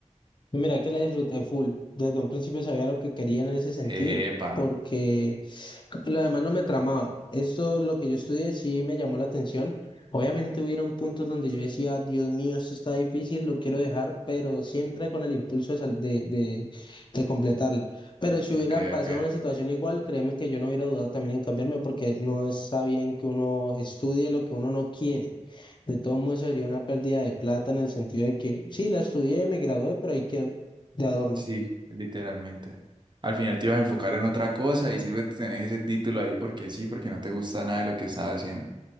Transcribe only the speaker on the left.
Mira que la disfruté full. Desde un principio sabía lo que quería en ese sentido,
porque lo demás no me tramaba. Esto, lo que yo estudié, sí me llamó la atención. Obviamente hubieron puntos donde yo decía, Dios mío, esto está difícil, lo quiero dejar, pero siempre con el impulso de, sal- de, de- de completarla. Pero si
hubiera pasado
una situación igual, créeme que yo no hubiera dudado también en cambiarme, porque no está bien que uno estudie lo que uno no quiere. De todo modo, eso sería una pérdida de plata en el sentido de que sí, la estudié, me gradué, pero ahí quedó de adorno.